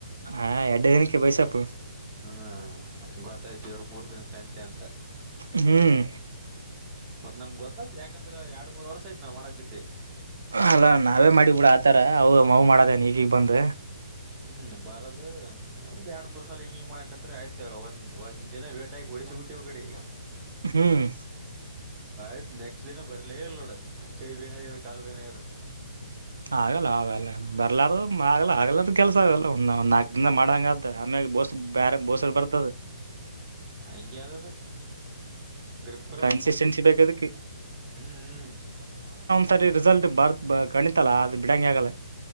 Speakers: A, on the right (about 70°); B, on the right (about 20°).
A: ಹಾ ಎರಡ್ಡು ದಿನಕ್ಕೆ ಬೈಸಪ್ಪು
B: ಹ್ಮ ಗೊತ್ತಾಯ್ತಿ ಇವರು ಮೂರ್ ದಿನ ಸಂಂತೆ ಅಂತ
A: ಹ್ಮ್
B: ಮ ನಮ್ ಗೊತ್ತತ್ ಯಾಕಂದ್ರ ಎರಡ್ ಮೂರ್ ವರ್ಷ ಆಯ್ತ್ ನಾವ್ ಮಾಡಕತಿ
A: ಅಲ್ಲ ನಾವೇ ಮಾಡಿ ಬಿಡ ಆತರ ಅವು ಮಾವು ಮಾಡದೇನ್ ಈಗೀಗ್ ಬಂದ
B: ಹ್ಮ್ ಬರದು ಒಂದ್ ಎರಡ್ ಮೂರ್ ಸಲ ಹಿಂಗ ಹಿಂಗ ಮಾಡಕತ್ ಆಯ್ತ ಒಂದ್ ಒಂದ್ನ ವೇಟ ಡಿಶಿ ಬುಟ್ಟಿ ಒ ಕಡೆ
A: ಹ್ಮ್
B: ಯ್ತ್ ನೆಕ್ಸ್ಟ್ ದಿನ ಬರ್ಲಿ ಇಲ್ ನೋಡ ಕೈ ಬೇನಗ ಕಾಲು ಬೇನಗರ ಅಂತೆಂತ
A: ಆಗಲ್ಲ ಆಗಲ್ಲ ಬರ್ಲಾರ ಆಗ್ಲ ಆಗಲ್ಲಾರ ಕೆಲಸ ಆಗಲ್ಲ ಒಂದ ಒಂದ್ ನಾಕಕ್ ದಿಂದ ಮಾಡಂಗ್ದ ಆಮೇಲೆ ಬೋಸ್ ಬೇರೆ ಬೋಸರ್ ಬರ್ತದ
B: ಅಗೆದದು ಗೃಪ್ರಭ
A: ಕನ್ಸಿಸ್ಟೆನ್ಸಿ ಬೇಕದಕ್ಕೆ
B: ಹ್ಮ್
A: ಸರಿ ರಿಸಲ್ಟ್ ಬರ್ ಕಣಿತಲ್ಲ ಅದು ಬಿಡಂಗಗೆ ಆಗಲ್ಲ